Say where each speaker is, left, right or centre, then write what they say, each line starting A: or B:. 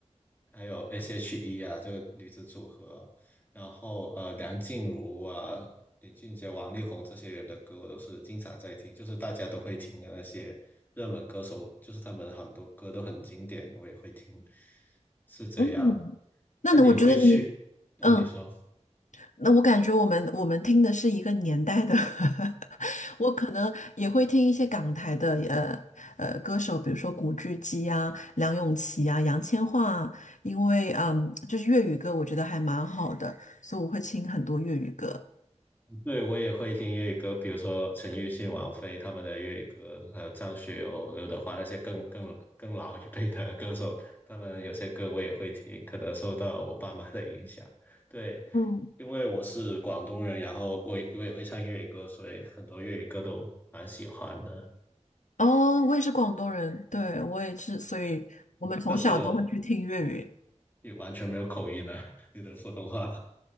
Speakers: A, on the left; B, on the left.
A: 还有 S.H.E 啊，这个女子组合，然后呃，梁静茹啊、林俊杰、王力宏这些人的歌，我都是经常在听，就是大家都会听的那些热门歌手，就是他们很多歌都很经典，我也会听，是这样。
B: 嗯，那我觉得你，
A: 那你会去？那你说？
B: 嗯，那我感觉我们我们听的是一个年代的，<laughs> 我可能也会听一些港台的呃呃歌手，比如说古巨基啊、梁咏琪啊、杨千嬅啊，因为嗯，就是粤语歌，我觉得还蛮好的，所以我会听很多粤语歌。
A: 对，我也会听粤语歌，比如说陈奕迅、王菲他们的粤语歌，还有张学友、刘德华那些更更更老一辈的歌手，他们有些歌我也会听，可能受到我爸妈的影响。对，
B: 嗯，
A: 因为我是广东人，然后我也我也会唱粤语歌，所以很多粤语歌都蛮喜欢的。
B: 哦，我也是广东人，对，我也是，所以我们从小都会去听粤语。
A: 但是我也完全没有口音啊，<laughs> 你的普通话